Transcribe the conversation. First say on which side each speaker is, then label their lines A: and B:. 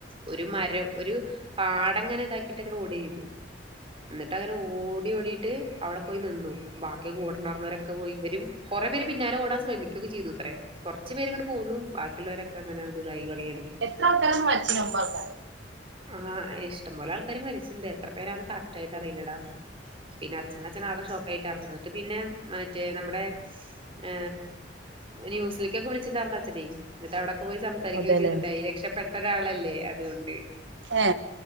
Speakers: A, on the right (about 30°); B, on the right (about 75°).
A: ഒരു മരം ഒരു പാടങ്ങനെ ഇതാക്കിട്ട് ഇങ്ങടെ ഓടി ചെയ്ത് എന്നിട്ട് അങ്ങനെ ഓടി ഓടിയിട്ട് അവിടെ പോയി നിന്നു ബാക്കിയ കൂട്ടണർന്നവരൊക്കെ പോയി ഇവരും കുറേ പേര് പിന്നാലെ ഓടാൻ ശ്രമിക്കുകൊക്കെ ചെയ്തു അത്രേ കുറച്ചു പേര് ഇങ്ങട്ടെ പോകുന്നു ബാക്കിയുള്ളവരൊക്കെ അങ്ങനെ ഇതായി പറയാണ്
B: എത്ര പക്കന്ന് വറ്റോ ഉക്ക
A: ആഹ് ഇഷ്ടം പോലെ ആൾക്കാാര് മരിച്ചിട്ടുണ്ട് എത്ര പേരന്ന് കറക്റ്റ് ആയിട്ട് അറിയില്ലെടാ.
B: ആൾക്കാരോ
A: പിന്നെ അഛന അച്ഛന ആകെ ഷോക്ക ആയിട്ട് ഇറന്ന പിന്നെ മറ്റേ നമ്മുടെ ഹ ന്യൂസിലേക്കൊക്കെ വിളിച്ചിണ്ടായിരുന്ന അച്ഛനേ എന്നിട്ട് അവിടെ പോയി സംസാരിക്കുകയോ
B: അതെല്ലേ
A: ചെയ്തുണ്ടായി രക്ഷപ്പെട്ടരാ ല്ലേ അതുകൊണ്ട്
B: ഏ